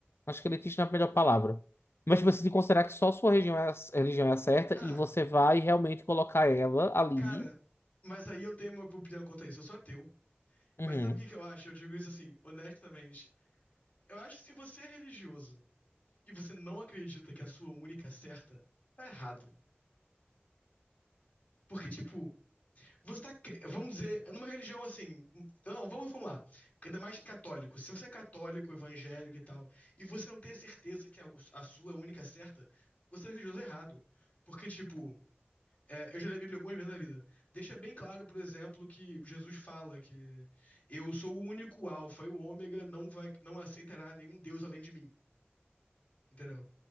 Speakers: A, on the left (about 80°); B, on the left (about 35°).
A: acho que elitista não é a melhor palavra. Mas tipo, você tem que considerar que só a sua região é a, religião é a certa
B: Ah,
A: e você vai realmente colocar ela ali.
B: cara, mas aí eu tenho uma opinião quanto a isso. Eu sou ateu.
A: Uhum.
B: Mas sabe o que que eu acho? Eu digo isso assim, honestamente. Eu acho que se você é religioso e você não acredita que a sua única certa, tá errado. Porque, tipo, você tá. cre- Vamos dizer, numa religião assim. Não, vamos reformular. Ainda mais católico. Se você é católico, evangélico e tal, e você não tem a certeza que a, a sua única certa, você é religioso errado. Porque, tipo, é, eu já li a Bíblia algumas vezes na vida. Deixa bem claro, por exemplo, que Jesus fala que eu sou o único alfa e o ômega, não vai, não aceitará nenhum Deus além de mim. Entendeu?